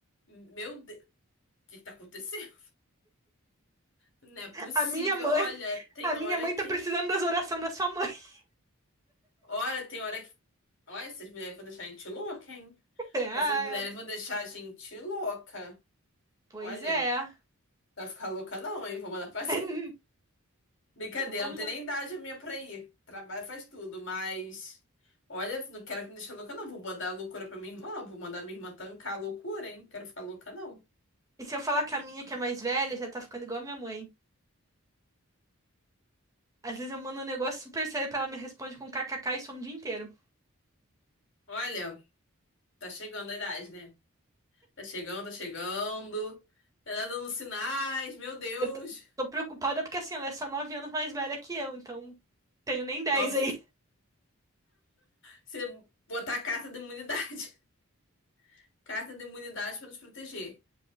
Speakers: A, on the left (about 55°); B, on the right (about 15°).
A: Meu Deus, o que que tá acontecendo? Não é possível.
B: A minha mãe,
A: Olha, tem
B: a minha
A: hora
B: mãe
A: que.
B: tá precisando das orações da sua mãe. <laughs>
A: Olha, tem hora que. Olha, essas mulheres vão deixar a gente louca, hein?
B: Ah,
A: Essas mulheres vão deixar a gente louca.
B: pois
A: Olha,
B: é.
A: não vai ficar louca não, hein? Vou mandar
B: <laughs>
A: fazer. <laughs> Brincadeira,
B: Uma-
A: não tem nem idade a minha pra ir. Trabalho faz tudo, mas. Olha, não quero que me deixe louca, não. Vou mandar a loucura pra minha irmã. Vou mandar minha irmã tancar a loucura, hein? Quero ficar louca, não.
B: E se eu falar que a minha, que é mais velha, já tá ficando igual a minha mãe. Às vezes eu mando um negócio super sério pra ela me responde com kkk e some o dia inteiro.
A: Olha, tá chegando a idade, né? Tá chegando, tá chegando. Tá dando sinais, meu Deus.
B: Eu tô, tô preocupada porque assim, ela é só 9 anos mais velha que eu, então tenho nem dez
A: Nove.
B: aí.
A: Você botar a carta da imunidade. <laughs> Carta da imunidade pra nos proteger,